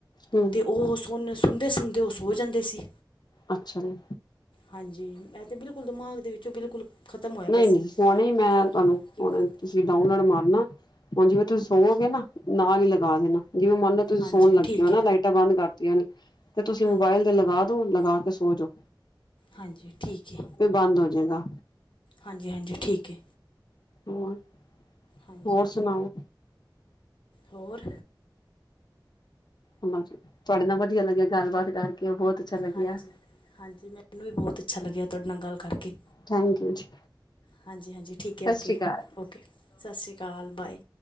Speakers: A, on the left; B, on the left.
A: ਹੂੰ
B: ਤੇ ਓਹ, ਸੋੱਨੇ, ਸੁਣਦੇ-ਸੁਣਦੇ ਓਹ ਸੋ ਜਾਂਦੇ ਸੀ।
A: ਅੱਛਾ ਜੀ।
B: ਹਾਂਜੀ, ਐ ਤੇ ਬਿਲਕੁਲ ਦਿਮਾਗ ਦੇ ਵਿੱਚੋਂ ਬਿਲਕੁਲ ਖਤਮ ਹੋਇਆ ਪਿਆ
A: ਨਹੀਂ-ਨਹੀਂ
B: ਸੀ
A: ਹੋਣੇ ਹੀ, ਮੈਂ
B: ਬਈ
A: ਤੁਹਾਨੂੰ
B: ਕੀਰਤਨ
A: ਹੋਂਣੇ ਤੁਸੀਂ ਡਾਊਨਲੋਡ ਮਾਰਨਾ, ਹੁਣ ਜਿਵੇਂ ਤੁਸੀਂ ਸੋਵੇਂਗੇ ਨਾ ਨਾਲ ਹੀ ਲਗਾ ਦੇਣਾ, ਜਿਵੇਂ ਮੰਨਲਾ ਤੁਸੀਂ
B: ਹਾਂਜੀ
A: ਸੋਣ ਲੱਗੇ
B: ਠੀਕ
A: ਹੋ ਨਾ
B: ਹੈ
A: ਲਾਈਟਾਂ ਬੰਦ ਕਰਤੀਆਂ ਨੇ, ਤੇ ਤੁਸੀਂ
B: ਹਾਂਜੀ
A: ਮੋਬਾਇਲ ਤੇ ਲਗਾਦੋ, ਲਗਾਕੇ ਸੋਜੋ।
B: ਹਾਂਜੀ, ਠੀਕ ਏ।
A: ਬੰਦ ਹੋ ਜੇਗਾ।
B: ਹਾਂਜੀ-ਹਾਂਜੀ, ਠੀਕ ਏ।
A: ਹੋਰ,
B: ਹਾਂਜੀ
A: ਹੋਰ ਸੁਣਾਓ?
B: ਹੋਰ।
A: ਹ ਬਾਚੋ ਤਵਾਡੇ ਨਾਲ ਵਧੀਆ ਲੱਗਿਆ ਗੱਲਬਾਤ ਕਰਕੇ, ਬਹੁਤ ਅੱਛਾ ਲੱਗਿਆ
B: ਹਾਂਜੀ, ਹਾਂਜੀ, ਮੈਨੂੰ ਵੀ ਬਹੁਤ ਅੱਛਾ ਲੱਗਿਆ, ਤੁਹਾਡੇ ਨਾਲ ਗੱਲ ਕਰਕੇ।
A: ਥੈਂਕ-ਯੂ ਜੀ।
B: ਹਾਂਜੀ-ਹਾਂਜੀ, ਠੀਕ
A: ਸਤਿ
B: ਹੈ ਓਕੇ,
A: ਸ੍ਰੀ ਅਕਾਲ
B: ਓਕੇ। ਸਤ ਸ਼੍ਰੀ ਅਕਾਲ, ਬਾਏ।